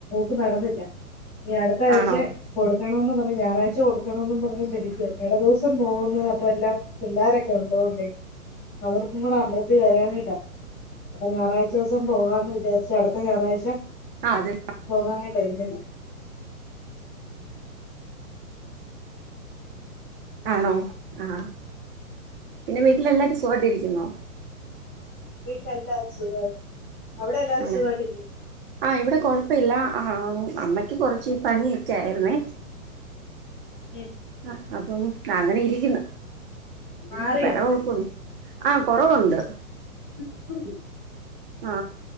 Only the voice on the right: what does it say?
ആണോ
ആഹ് അത്
ആണോ ആ പിന്നെ വീട്ടില് എല്ലാരും സുഖവായിട്ടിരിക്കുന്നോ
ആണ്
ആ ഇവിടെ കൊഴപ്പവില്ല ആ അമ്മക്ക് കൊറച്ച് പനിയൊക്കെ ആയിരുന്നേ
ആ അപ്പം ആ അങ്ങനെ ഇരിക്കുന്നു
വേറെ കൊഴപ്പ ആ കൊറവൊണ്ട്
ആ